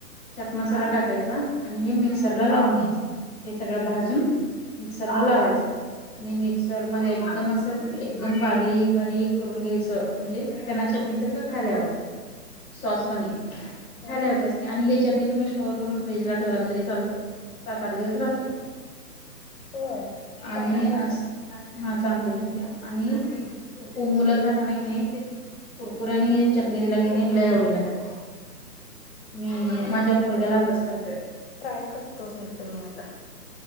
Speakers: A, in the centre; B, on the left.
A: चॅट मसाला टाकायचा आणि हे मिक्सरला लावून घ्यायच. हे सगळं भाजून मिक्सर ला लावायचा आणि मिक्सर मध्ये एकदम असं एकदम बारीक बारीक करून घ्यायचं म्हणजे त्यांना चटणी सारखं खायला यावं. सॉसवानी
B: हा
A: खायला यावं त्यासनी आणि ह्याच्यात तुम्ही स्टोअर करून फ्रीज ला ठेवलात तरी चालते. सात आठ दिवस राहते.
B: होय
A: आणि
B: चांगली राहते
A: अस चांगली राहत्या आणि
B: हम्म
A: मुलं खाता त्यांना कणी ते कुरकुऱ्या आणि हे चटणी दिला की नाही लई आवडीन खात्यात. मी माझ्या
B: मी
A: पोरग्याला
B: आता
A: असच करतोय.
B: ट्राय करतो मी पण मग आता